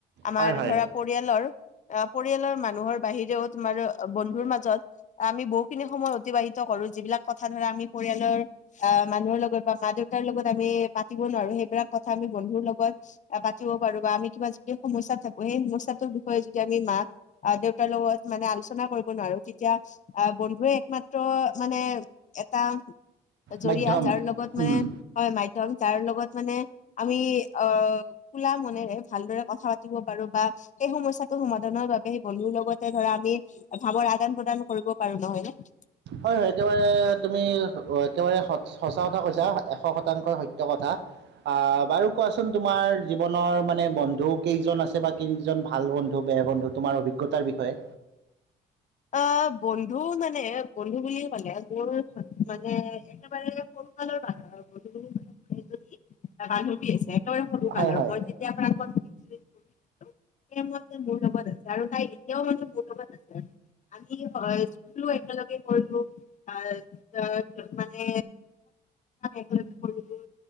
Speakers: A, on the left; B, on the right.
A: আমাৰ
B: হয় হয়
A: ধৰা পৰিয়ালৰ আহ পৰিয়ালৰ মানুহৰ বাহিৰেও তোমাৰো বন্ধুৰ মাজত আমি বহুখিনি সময় অতিবাহিত কৰো যিবিলাক কথা ধৰা আমি পৰিয়ালৰ অ' মানুহৰ লগত বা মা দেউতাক লগত আমি পাতিব নোৱাৰো সেইবিলাক কথা আমি বন্ধুৰ লগত পাতিব পাৰো বা আমি কিবা যদি সমস্যা থাকো সেই সমস্যাতটো যদি আমি মাক আহ দেউতাৰ লগত মানে আলোচনা কৰিব নোৱাৰো তেতিয়া আহ বন্ধুৱে একমাত্ৰ মানে এটা জৰিয়া
B: মাধ্যম
A: যাৰ লগত মানে
B: উম,
A: হয় মাই একদম যাৰ লগত মানে আমি অ খোলা মনেৰে ভালদৰে কথা পাতিব পাৰো বা এই সমস্যা সমাধানৰ বাবে সেই বন্ধুৰ লগতে ধৰা আমি ভাৱৰ আদান প্ৰদান কৰিব পাৰো নহয় নে।
B: হয় হয় একেবাৰে তুমি একেবাৰে সচ সঁচা কথা কৈছা এশ শতাংকই সত্য কথ কথা। আ বাৰু কোৱাচোন তোমাৰ জীৱনৰ মানে বন্ধু কেইজন আছে বা কেইজন ভাল বন্ধু অ' বন্ধু তোমাৰ অভিজ্ঞতাৰ বিষয়ে।
A: আহ বন্ধু মানে বন্ধু বুলি কলে মোৰ মানে একেবাৰে সৰুকালৰ বন্ধু বন্ধু বুলি বান্ধৱী আছে একেবাৰে সৰু
B: হয়
A: কালৰ
B: হয়
A: মই যেতিয়াৰ পৰা ক মোৰ লগত আছে আৰু তাই এতিয়াও মানে মোৰ লগত আছে। আমি হয় স্কুলো একেলগে কৰিলো আহ আ মানে একেলগে কৰিলোঁ।